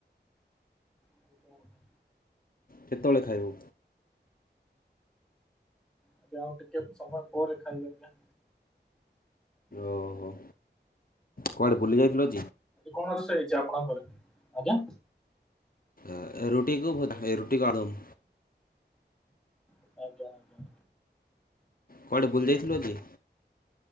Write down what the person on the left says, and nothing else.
କେତେବେଳେ ଖାଇବୁ?
ଓହୋ। କୁଆଡ଼େ ବୁଲି ଯାଇଥିଲୁ ଆଜି?
ଆ ରୁଟିିକୁ ଭ ରୁଟିକୁ ଅଳୁଦମ୍।
କୁଆଡ଼େ ବୁଲି ଯାଇଥିଲୁ ଆଜି?